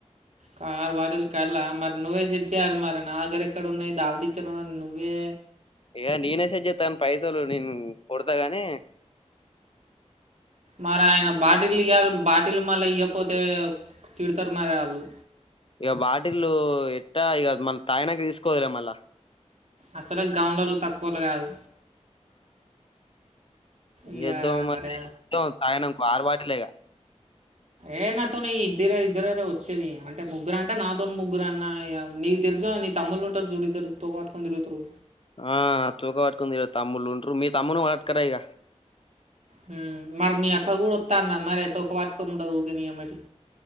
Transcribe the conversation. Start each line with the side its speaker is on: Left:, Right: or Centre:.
Right: కారు వాటిల కల్లా మరి నువ్వే సెట్ చేయాలి మరి నా దగ్గర ఎక్కడ ఉన్నాయి దావతచ్చను నువ్వే
Left: ఇక నేనే సెట్ చేస్తా కానీ పైసలు నేను కొడతాగాని
Right: మరి ఆయన బాటిలు ఇ బాటిలు మళ్ అయ్య పోతే తిడతారు మరి వాళ్ళు
Left: ఇక బాటిలు ఇస్తా ఇక మన తాగనాకి తీసుకోదులే మళ్ళా
Right: అసలు గౌన్లోలు తక్కువలు కాదు
Left: ఏం
Right: ఇక
Left: చేద్దామరి
Right: మరి
Left: తాగినంక ఇంకో ఆరు బాటిల్ లే ఇగ
Right: ఏ నాతో న ఇద్దరే ఇద్దరే వచ్చేది అంటే ముగ్గురు అంటే నాతో ముగ్గురు అన్నా నీకు తెలుసు మీ తమ్ముళ్లు ఉంటారు చూడు ఇద్దరు తోక పట్టుకొని తిరుగుతుంటారు
Left: ఆ తూక పట్టుకుంది తమ్ములు ఉంటారు మీ తమ్మును వాటుకరాాయిగా
Right: హమ్ మరి మీ అక్క కూడా వస్తాన్నారు మరి తోక పట్టుకొని ఉంటుంది ఊకే నీ అమ్మటి